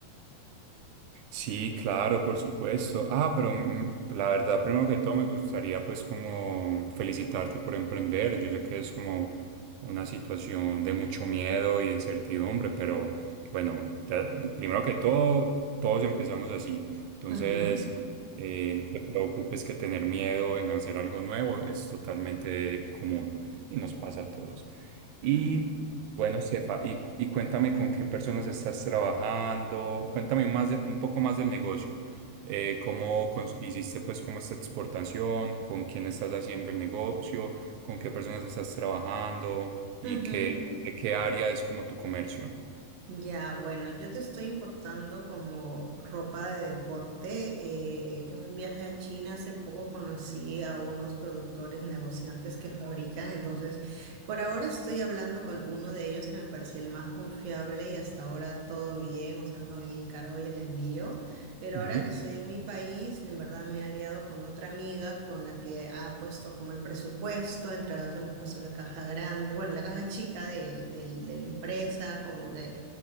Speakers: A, on the right; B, on the right.
A: Sí, claro, por supuesto. Ah, pero mm, la verdad, primero que todo, me gustaría pues como felicitarte por emprender. Yo sé que es como una situación de mucho miedo y de incertidumbre, pero bueno, te- primero que todo, todos empezamos así. Entonces,
B: Ujú,
A: eh, no te preocupes que tener miedo en hacer algo nuevo es totalmente común y nos pasa a todos. Y
B: ujú,
A: bueno, Sefa, y, cu- y cuéntame con qué personas estás trabajando, cuéntame más de- un poco más del negocio, Eh, cómo cons- hiciste pues como esta exportación, con quién estás haciendo el negocio, con qué personas estás trabajando y
B: ujú.
A: qué, de qué área es como tu comercio.
B: Ya, bueno, yo te estoy importando como ropa de deporte. eh, en un viaje a China hace poco conocí a unos productores negociantes que fabrican, entonces por ahora estoy hablando con uno de ellos que me parecía el más confiable y hasta ahora todo bien, o sea, con el encargo y el envío. Pero
A: Ujú.
B: ahora que estoy en mi país, en verdad me he aliado con otra amiga con la que ha puesto como el presupuesto, entre las dos hemos puesto la caja grande, bueno, la caja chica de, del- de la empresa, como que